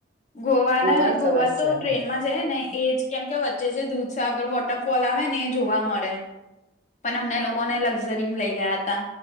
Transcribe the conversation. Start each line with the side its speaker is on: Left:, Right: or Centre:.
Left: ગોવાના
Right: ગોવાય
Left: ગોવા
Right: સરસ
Left: તો
Right: છે
Left: ટ્રેન
Right: હ
Left: જ ઈએને એજ કેમ કે વચ્ચે જે દૂધસાગર વોટરફોલ આવે ને એ જોવા મળે પણ અમને લોકોને લક્ઝરી લઇ ગયા હતા